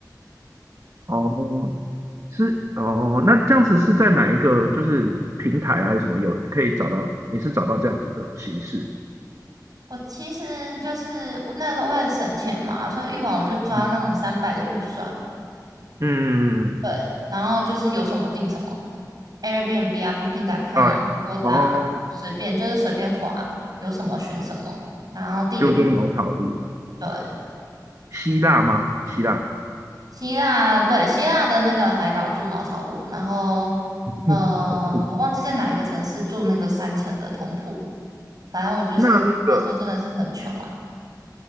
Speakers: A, on the right; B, on the right.
A: 哦，是哦，那这样子是在哪一个就是平台还是什么有可以找到？你是找到这样子的形式？
B: 我其实就是我那时候为了省钱嘛，所以一晚我就抓那种三百的预算，
A: 嗯嗯，
B: 对，然后就是有什么订什么，Airbnb 啊，Booking.com
A: 哎，
B: 啊 a 打随便就是随便划，
A: 哦，
B: 有什么选什么，然后地理位
A: 就跟茅草屋。
B: 对，
A: 希腊吗？希腊，
B: 希腊，对，希腊的那个海岛住茅草屋，然后，
A: <laughs>
B: 呃，
A: 好酷。
B: 我忘记在哪一个城市住那个三层的通铺，反正我就是那时候真的是很穷啊，
A: 那那个